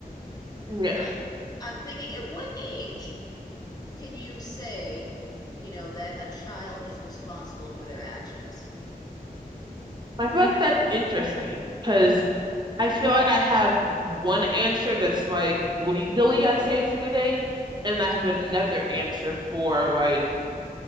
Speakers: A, on the right (about 30°); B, on the left (about 25°).
A: Yeah.
B: Eh, I'm thinking, at what age can you say, you know, that a child is responsible for their actions?
A: I feel like that's interesting because I feel like I have one answer that's like legally I say is a good age, and I have another answer for like